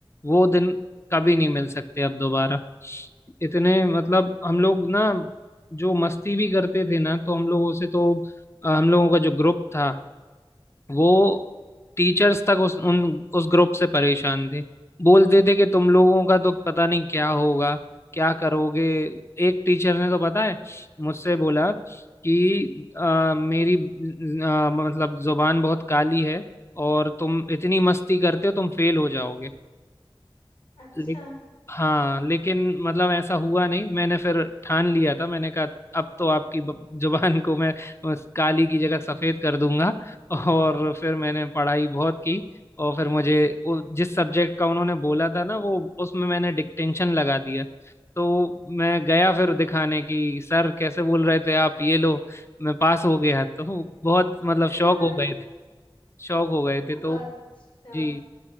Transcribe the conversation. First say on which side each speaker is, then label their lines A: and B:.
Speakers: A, on the left (about 30°); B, on the left (about 60°).
A: वो दिन कभी नहीं मिल सकते अब दोबारा इतने मतलब हम लोग ना जो मस्ती भी करते थे ना तो हम लोगों से तो अ, हम लोगों का जो ग्रुप था वो टीचर्स तक उस उन उस ग्रुप से परेशान थे बोलते थे कि तुम लोगों का तो पता नहीं क्या होगा क्या करोगे एक टीचर ने तो पता है मुझसे बोला कि अ, मेरी अ, मतलब जुबान बहुत काली है और तुम इतनी मस्ती करते हो तुम फेल हो जाओगे
B: अच्छा
A: ले, हाँ लेकिन मतलब ऐसा हुआ नहीं मैंने फिर ठान लिया था मैंने कहा अब तो आपकी ब- जुबान को मैं उस काली की जगह सफेद कर दूंगा और फिर मैंने पढ़ाई बहुत की और फिर मुझे उ- जिस सब्जेक्ट का उन्होंने बोला था ना वो उसमें मैंने डिक्टेंशन लगा दिया तो मैं गया फिर दिखाने की सर कैसे बोल रहे थे आप ये लो मैं पास हो गया तो बहुत मतलब
B: <laughs>
A: शौक हो गए थे शौक हो गए थे
B: अच्छा
A: तो जी